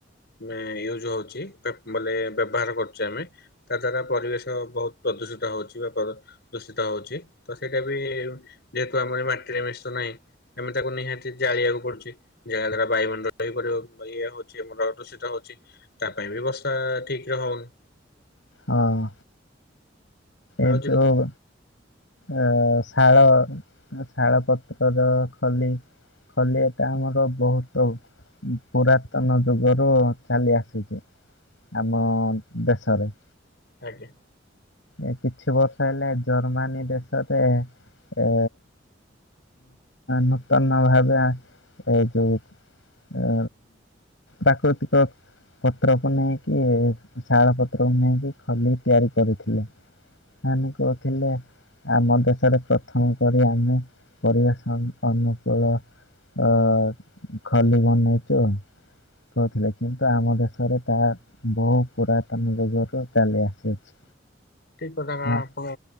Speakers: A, on the left; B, on the left.
A: ମାନେ ୟୁଜ ହଉଛି ବୋଲେ ବ୍ୟବହାର କରୁଛେ ଆମେ ତା ଦ୍ଵାରା ପରିବେଶ ବହୁତ ପ୍ରଦୂଷିତ ହଉଛି ବା ଦୂଷିତ ହଉଛି ତ ସେଇଟା ବି ଯେହେତୁ ଆମର ମାଟିରେ ମିଶ ନାହିଁ ଏମି ତାକୁ ନିହାତି । ଜାଳିବାକୁ ପଡୁଛି ଯାହାଦ୍ୱରା ବାୟୁମଣ୍ଡ ବି ଇଏ ହଉଛି ଆମର ଦୂଷିତ ହଉଛି ତା ପାଇଁ ବ୍ୟବସ୍ଥା ଠିକ ରେ ହଉନି।
B: ହଁ
A: ଆଉ
B: ଏଇ
A: ଯେମିତି
B: ଯଉ ଅ ଶାଳ ଶାଳ ପତ୍ରର ଖଲି । ଖଲି ଏବେ ଆମର ବହୁତ ପୁରାତନ ଯୁଗରୁ ଚାଲି ଆସିଛି। ଆମ ଦେଶରେ।
A: ଆଜ୍ଞା।
B: ଏ କିଛି ବର୍ଷ ହେଲେ ଜର୍ମାନୀ ଦେଶରେ ଏ ନୂତନ ଭାବେ ଏ ଯୋଉ ଆ ପ୍ରାକୃତିକ ପତ୍ରକୁ ନେଇକି ଶାଳ ପତ୍ରକୁ ନେଇକି ଖଲି ତିଆରି କରିଥିଲେ। ହାନି କହୁଥିଲେ । ଆମ ଦେଶରେ ପ୍ରଥମ କରି ଆମେ କରିବେଷ ଅନୁକୂଳ । ଆ ଖାଲି ବନେଇଚୁ । କହୁଥିଲେ କିନ୍ତୁ ଆମ ଦେଶରେ ତାହା ବହୁ ପୁରାତନ ଯୁଗରୁ ଚାଲି ଆସିଅଛି।
A: ଠିକ କଥା କାରଣ
B: ହଁ
A: ଆପଣ